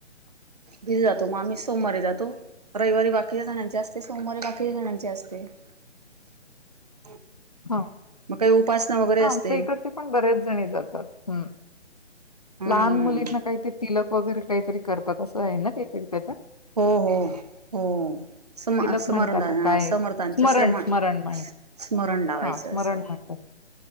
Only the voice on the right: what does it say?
मी मग आम्ही सोमवारी जातो रविवारी बाकीच्या जणांची असते सोमवारी बाकीच्या जणांची असते. <inaudible>
मग काही उपासना वगैरे
असते
हम्म
हम्म
हो हो हो हो सम
समर्धान
समर्थांचे
श्रमण
स्मरण लावायचं
असं